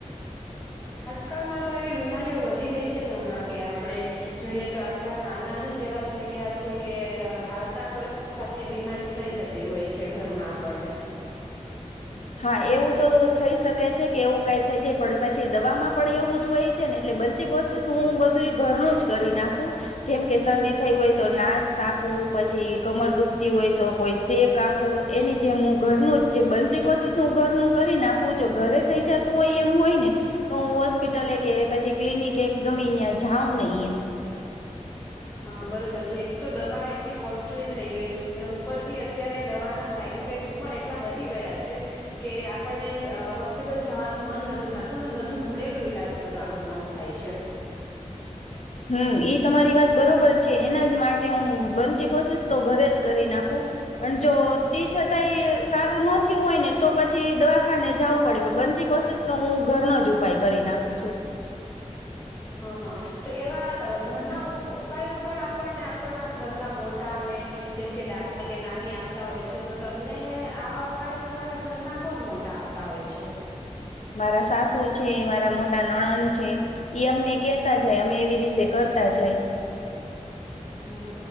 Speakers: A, on the left; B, on the left.
A: કાલમાં તો એવી બીમારીઓ વધી ગઈ છે ને હમણાં કે આપળે જોઈએ તો આજકાલના અનાજ જ એવા થઈ ગયા છે કે હાલતા કોઈ પણ જાતની બીમારી થઈ જતી હોય છે ઘરમાં આપણને
B: હા, એવું તો થઈ શકે છે કે એવું કાય થઈ જાય. પણ પછી દવામાં પણ એવું જ હોય છે ને એટલે બનતી કોશિશ હું બધુય ઘરનું જ કરી નાખું. જેમ કે શરદી થઈ હોય તો નાશ આપવું, પછી કમર દુખતી હોય તો કોઈ સે ક આપવું. એની જેમ હું ઘરનું જ જે બનતી કોશિશ હું ઘરનું કરી નાખું. જો ઘરે થઈ જાતું હોય એમ હોય ને, તો હું હોસ્પિટલે કે પછી ક્લિનિકે ગમે ન્યાં જાઉં નય એમ.
A: હા, બરોબર છે. એક તો દવાએ કોસ્ટલી થઈ ગઈ છે અને ઉપરથી અત્યારે દવાના સાઈડ ઇફેક્ટ્સ પણ એટલા વધી ગયા છે કે આપણને દ્ અ હોસ્ પિટલ જવાનું મન નથી થાતું અને વધુ ઘરેલું ઈલાજ કરવાનું મન થાય છે.
B: હમ્મ, ઈ તમારી વાત બરોબર છે. એના જ માટે હું બનતી કોશિશ તો ઘરે જ કરી નાખું. પણ જો તી છતાય સારું નો થ્યું હોય ને તો પછી દવાખાને જાવું પડે. પણ બનતી કોશિશ તો હું ઘરનો જ ઉપાય કરી નાખું છું.
A: હં, હં, તો એવા અ ઘરના ઉપાયો પણ આપણને આપણના ઘરના મોટા અને જેમ કે દાદી કે નાની આપ તા હોય છે. તો તમને આવા ઉપાયો તમારા ઘરના કોન મોટા આપતા હોય છે?
B: મારા સાસુ છે, મારા મોટા નણન્દ છે. ઈ અમને કેતા જાય અમે એવી રીતે કરતા જાય.
A: હમ્મ,